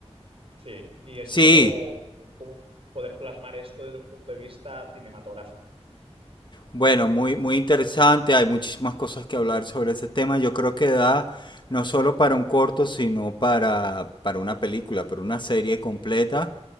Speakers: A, on the right; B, on the left.
A: Sí, y es
B: Sí,
A: como, como poder plasmar esto desde un punto de vista cinematográfico.
B: Bueno, muy, muy interesante, hay muchísimas cosas que hablar sobre ese tema. Yo creo que da no solo para un corto, sino para, para una película, para una serie completa.